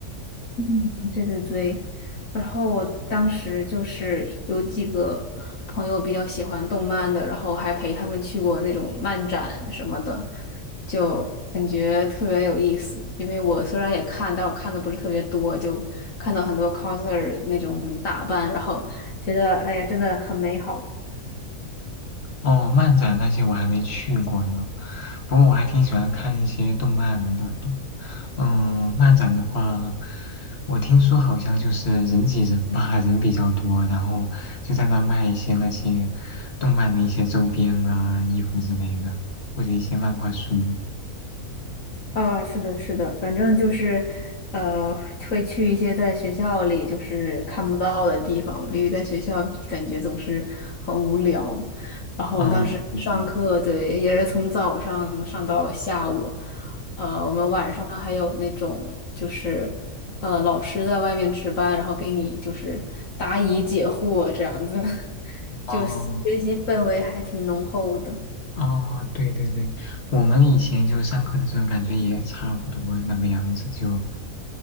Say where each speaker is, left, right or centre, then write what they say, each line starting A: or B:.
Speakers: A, on the left; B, on the left.
A: 嗯，对对对。然后我当时就是有几个朋友比较喜欢动漫的，然后还陪他们去过那种漫展什么的，就感觉特别有意思。因为我虽然也看，但我看的不是特别多，就看到很多 coser 那种打扮，然后觉得哎呀，真的很美好。
B: 哦，漫展那些我还没去过呢，不过我还挺喜欢看一些动漫的。嗯，漫展的话，我听说好像就是人挤人吧，人比较多，然后就在那卖一些那些动漫的一些周边啊、衣服之类的，或者一些漫画书。
A: 啊，是的，是的，反正就是，呃，会去一些在学校里就是看不到的地方嘛，因为在学校感觉总是很无聊。然后当时上课，
B: 嗯，对对对，
A: 对，也是从早上上到下午，
B: 嗯，
A: 呃，我们晚上还有那种就是，呃，老师在外面值班，然后给你就是答疑解惑这样子，<laughs>
B: 哦，
A: 就学习氛围还挺浓厚的。
B: 啊，对对对，我们以前就上课的时候感觉也差不多那个样子，就